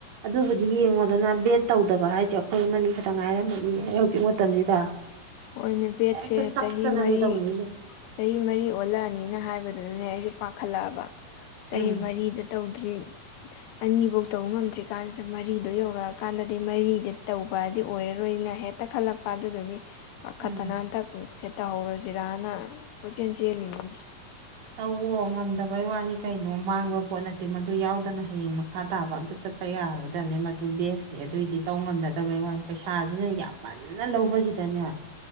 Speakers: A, on the right; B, on the left.
A: ꯑꯗꯨꯕꯨꯗꯤ ꯌꯦꯡꯉꯣꯗꯅ ꯕꯦꯠ ꯇꯧꯗꯕ ꯍꯥꯏꯁꯦ ꯑꯩꯈꯣꯏ ꯑꯃꯅꯤ ꯈꯇꯪ ꯉꯥꯏꯔꯝꯃꯅꯤ ꯍꯧꯖꯤꯛ ꯃꯇꯝꯁꯤꯗ
B: ꯍꯣꯏꯅꯦ ꯕꯦꯠꯁꯦ
A: ꯍꯦꯛꯇ ꯇꯛꯇꯅꯅꯦ
B: ꯆꯍꯤ ꯃꯔꯤ
A: ꯇꯧꯅꯩꯖꯦ
B: ꯆꯍꯤ ꯃꯔꯤ ꯑꯣꯜꯂꯛꯑꯅꯤꯅ ꯍꯥꯏꯕꯗꯨꯅꯅꯦ ꯑꯩꯁꯨ ꯄꯥꯈꯠꯂꯛꯑꯕ ꯆꯍꯤ
A: ꯎꯝ
B: ꯃꯔꯤꯗ ꯇꯧꯗ꯭ꯔꯤ ꯑꯅꯤꯐꯧ ꯇꯧꯕ ꯉꯝꯗ꯭ꯔꯤ ꯀꯥꯟꯁꯤꯗ ꯃꯔꯤꯗꯣ ꯌꯧꯔꯛꯑꯀꯥꯟꯗꯗꯤ ꯃꯔꯤꯗꯤ ꯇꯧꯕꯗꯤ ꯑꯣꯏꯔꯔꯣꯏꯅ ꯍꯦꯛ ꯇꯛꯈꯠꯂꯛꯄ ꯑꯗꯨꯗꯨꯒꯤ ꯄꯥꯈꯠꯇꯅ
A: ꯎꯝ
B: ꯍꯟꯗꯛꯀꯤ ꯁꯤ ꯇꯧꯍꯧꯔꯁꯤꯔꯥꯅ ꯀꯣꯏꯆꯦꯜ ꯆꯦꯜꯂꯤꯅꯤꯅꯦ
A: ꯇꯧꯋꯣ ꯉꯝꯗꯕꯩ ꯋꯥꯅꯤ ꯀꯩꯅꯣ ꯃꯥꯡꯕ ꯄꯣꯠ ꯅꯠꯇꯦ ꯃꯗꯨ ꯌꯥꯎꯗꯅ ꯍꯌꯦꯡ ꯃꯈꯥ ꯇꯥꯕ ꯑꯝꯇ ꯆꯠ ꯇꯌꯥꯔꯥꯔꯣꯏꯗꯕꯅꯦ ꯃꯗꯨ ꯕꯦꯁꯅꯦ ꯑꯗꯨꯏꯗꯤ ꯇꯧ ꯉꯝꯅꯗꯕꯩ ꯋꯥꯅꯤ ꯄꯩꯁꯥꯖꯤꯅ ꯌꯥꯝꯃꯟꯅ ꯂꯧꯕꯖꯤꯗꯅꯦ